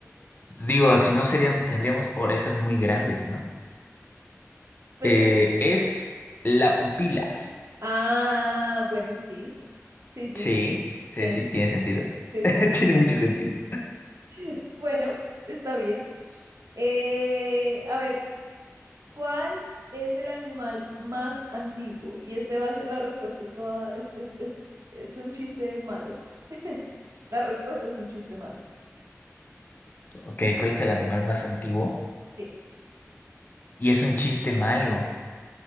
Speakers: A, on the left; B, on the right.
A: Digo, si no serían, tendríamos orejas muy grandes, ¿no?
B: Pues
A: Eh,
B: es
A: es la pupila.
B: Ah, bueno, sí. Sí, sí,
A: Sí,
B: sí.
A: sí,
B: Tiene
A: sí, tiene
B: sentido.
A: sentido.
B: Sí,
A: <laughs>
B: sí, sí.
A: Tiene mucho sentido.
B: <laughs> Bueno, está bien. Eh, a ver, ¿cuál es el animal más antiguo? Y este va a ser la respuesta. Es toda, es, es, es, es un chiste malo. <laughs> La respuesta es un chiste malo.
A: Ok, ¿cuál es el animal más antiguo?
B: Sí.
A: Y es un chiste malo.